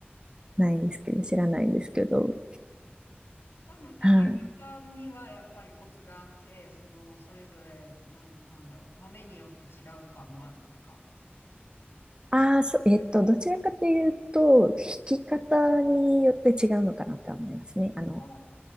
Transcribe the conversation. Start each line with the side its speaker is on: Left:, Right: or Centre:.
Right: ないんですけど、知らないんですけど、
Left: うん、うん。うん多分入れ方にはやっぱりコツがあって、
Right: はい。
Left: その、それぞれ、なん、なんだろう、豆によって違うとかもあるんですか
Right: ああ、そ、えっと、どちらかというと、弾き方によって違うのかなとは思いますね。
Left: うん。
Right: あの、
Left: あ、